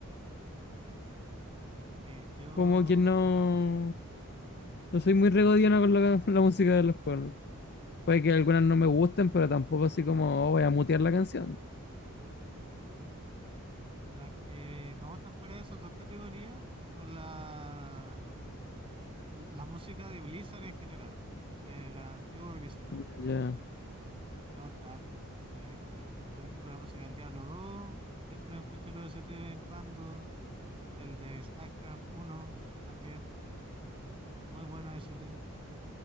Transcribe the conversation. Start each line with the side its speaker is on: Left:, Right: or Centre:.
Right: Sí, yo,
Left: Como que no. No soy muy regodiano con la, <laughs> la música de los juegos. Puede que algunas no me gusten, pero tampoco así como, oh, voy a mutear la canción.
Right: las que me gustan fuera de esas dos categorías son la, la música de Blizzard en general, de la antigua Blizzard.
Left: Mm, Ya,
Right: Me gusta harto. eh, en general. Por ejemplo, la música del Diablo dos Siempre me escucho los ST de vez en cuando. El de StarCraft uno también. Muy bueno ST.